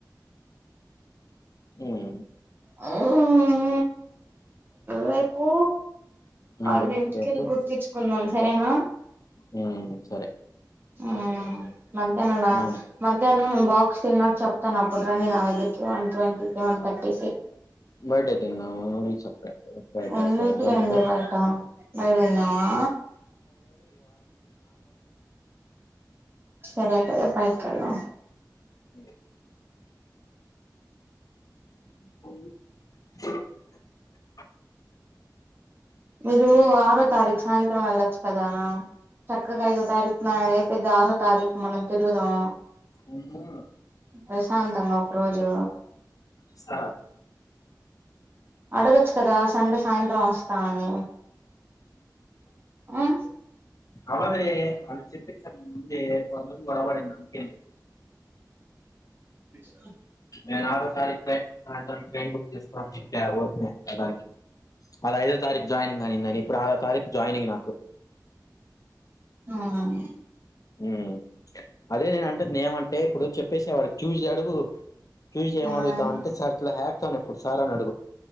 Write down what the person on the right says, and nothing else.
ఆ రేపూ
అళ్ళ ఇంటికెళ్ళి
గుర్తేచుకుందాం సరేనా
మ్మ్ మధ్యాహ్నం నా
మధ్యాహ్నం బాక్స్ తిన్నాక చప్ తను అప్పుడు రాని నా దగ్గరికి వన్ ట్వంటీ ఏమన్ కట్టిసే
ఎందుకులేండి
బయట బయట తిందామా సరే పరా పైక్కదా
మీరు ఆరో తారీక్ సాయంత్రం ఎళ్ళొచ్చు కదా చక్కగా ఐదో తారీఖు మద్ అదైపోయిది ఆరో తారీఖు మనం తిరుగుదాం
ప్రశాంతంగా ఒక రోజు
అడగచ్చ్ కదా సండే సాయంత్రం వస్తాఅని ఉ
హా
మ్మ్
మ్మ్